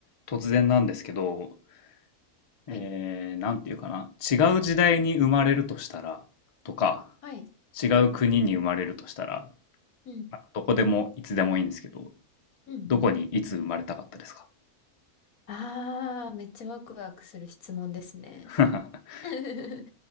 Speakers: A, on the left (about 55°); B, on the left (about 70°).
A: 突然なんですけど、えー、
B: はい。
A: なんていうかな、違う時代に生まれるとしたら、とか、
B: はい。
A: 違う国に生まれるとしたら、
B: うん。うん。
A: まあどこでもいつでもいいんですけど、
B: うん。
A: どこにいつ生まれたかったですか
B: うん。ああ、めっちゃワクワクする質問ですね。
A: <laughs>
B: <laughs>